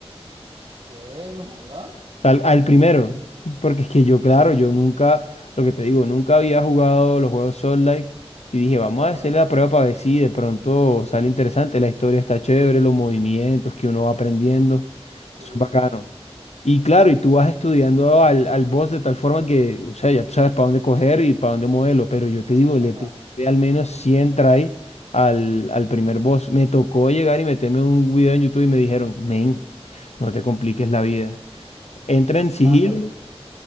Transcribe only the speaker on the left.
Al, al primero, porque es que yo, claro, yo nunca, lo que te digo, nunca había jugado los juegos Soul Like y dije, vamos
a hacer la prueba para ver si de pronto sale interesante, la historia está chévere, los movimientos que uno va aprendiendo,
eso es bacano. Y claro, y tú vas estudiando al, al boss de tal forma que, o sea, ya tú sabes para dónde coger y para dónde moverlo, pero yo te digo,
le te- al menos 100 try al, al primer boss. Me tocó llegar y meterme un video en YouTube y me dijeron, men, no te compliques la vida entra en sigilo.